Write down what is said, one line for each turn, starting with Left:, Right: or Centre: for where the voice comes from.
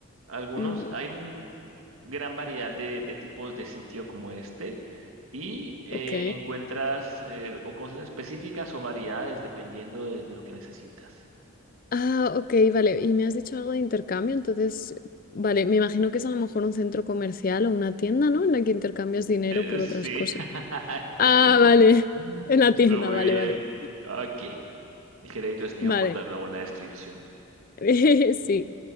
Right: Algunos,
Left: ujú,
Right: hay mu- gran variedad de, de tipos de sitio como este y eh,
Left: ok.
Right: encuentras eh, o cosas específicas o variedades dependiendo de, de lo que necesitas.
Left: Ah, ok, vale. Y me has dicho algo de intercambio, entonces, vale, me imagino que es a lo mejor un centro comercial o una tienda, ¿no? En la que intercambias dinero
Right: Eh,
Left: por otras
Right: sí,
Left: cosas.
Right: <laughs>
Left: Ah,
Right: es la tienda.
Left: vale.
Right: Mm.
Left: <laughs> En la
Right: Estuvo
Left: tienda,
Right: muy
Left: vale,
Right: bien.
Left: vale.
Right: Ok. El crédito es mío
Left: Vale.
Right: por dar una buena descripción.
Left: <laughs> Sí.